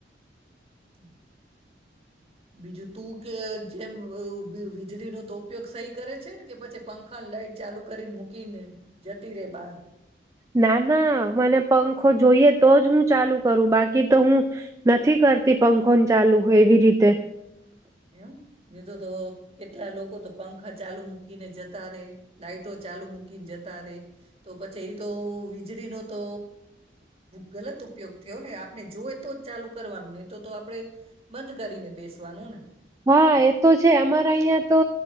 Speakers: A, on the right (about 35°); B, on the right (about 15°).
A: હું બીજું તું કે જેમ વીજળીનો તો ઉપયોગ સહી કરે છે ને કે પછી પંખા લાઈટ ચાલુ કરી મૂકીને જતી રે બહાર
B: ના ના મને પંખો જોઈએ તો જ હું ચાલુ કરું બાકી તો હું નથી કરતી પંખોન ચાલુ એવી રીતે
A: એમ નિત તો કેટલા લોકો તો પંખ આખા ચાલુ મૂકીને જતા રે લાાઈટો ચાલુ મૂકીને જતા રે તો પછી એ તો વીજળીનો તો ગલત ઉપયોગ થયો ને આપણે જોવે તો જ ચાલુ કરવાનું નહી તો તો આપણે બંધ કરીને બેસવાનું ને
B: હા એ તો છે અમારા અહિયાં તો